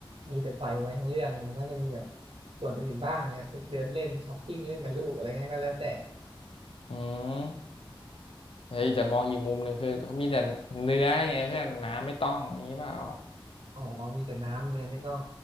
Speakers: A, on the right; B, on the left.
A: มีแต่ต่อยมวยทั้งเรื่องไง่มันน่าจะมีแบบส่วนอื่นบ้างนะไปเดินเล่นช้อปปิ้งเล่นกับลูกอะไรเงี้ยก็แล้วแต่
B: อืมเฮ้ยแต่มองอีกมุมหนึ่งคือเขามีแต่เนื้อไงเพื่อนน้ำไม่ต้องอย่างนี้เปล่า
A: อ๋อมีแต่น้ำเนี่ยไม่ต้อง